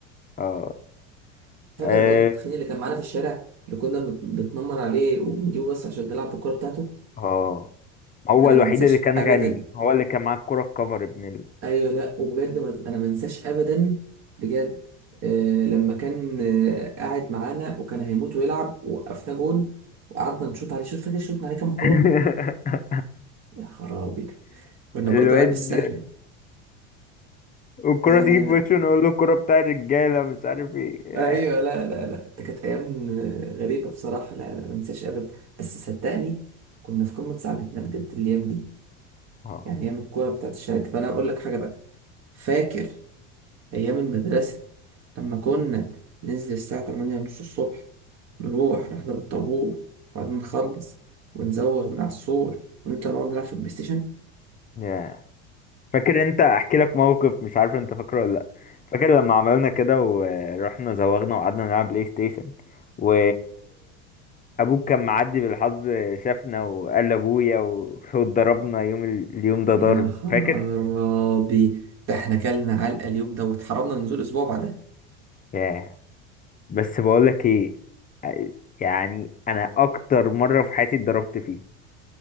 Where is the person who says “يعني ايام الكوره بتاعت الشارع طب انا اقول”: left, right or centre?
Right